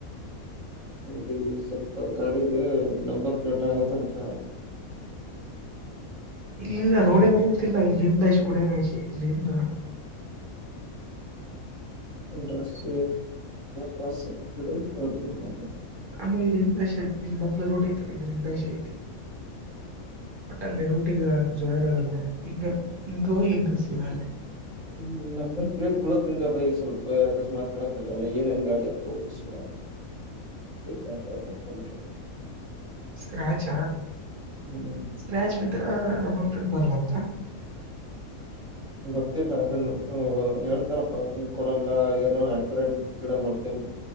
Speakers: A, on the right; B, on the right.
A: ಹೀ ಸ್ವಲ್ಪ ಗಾಡಿದ ನಂಬರ್ ಪ್ಲೇಟ್ ಆಗತ್ತ ಅನಕ
B: ಇಲ್ಲಲ್ಲ ರೋಡೆ ಹೋಗಂತಲ್ಲ ಇಲ್ಲಿಿಸಿಿ ೋಡಿಸಿಿ ಇಲ್ಲಿರಿಂದಣ
A: ಇಂಟ್ರಸ್ ಕಾಸ್ ಆ ಬಿಡ ತೋಡ್ದ ಬಂದ
B: ಅಲ್ಲ ಇಲ್ಲಿಂದಷೆ ಇಲ್ಲಿ ಮಗ್ಳ ರೂಟ ಐತಲ್ಲ ಇದ್ರರಿಂದಶೆ ಐತಿ ಲ್ಲಿ ರಟಿಗ ಜಡರಲ್ಲ ಹಿಂಗ ಹಿಂಗೋ ಹೆಗ್ಗಸ ಅಲ್ಲಿ
A: ಹ್ಮ್ ನಂಬರ್ ಪ್ಲೇಟ್ ಬಿಡೋ ತನಕ ಬೈ ಸ್ವಲ್ಪ ಅಕಸ್ಮಾತ್ ಹೇಳಕ್ಕ ಆಗಲ್ಲ ಏನೇನ್ ಗಾಡಿ ಹಾಕ್ಕ ಸ್್ರಾಗ ಚತ್ರ ಮ ಕಟ್ಟ
B: ಸ್ಕ್ರಾಚ್
A: ಹ್ಮ್
B: ಸ್ಕ್ರಾಚ್ ಬಿದ್ರ ನ ಪಿಟ್ ಬರಲ್ಲಂತ
A: <unintelligible> ಗೊತ್ತಿಲ್ಲ ಅದನ್ನು ಹೇಳ್ತಾರಪ್ಪ ಕೊಡಲ್ಲ ಏನೋ ಆಕ್ಸಿಡೆಂಟ್ ಆಸಿಡೆ ಮಾಡ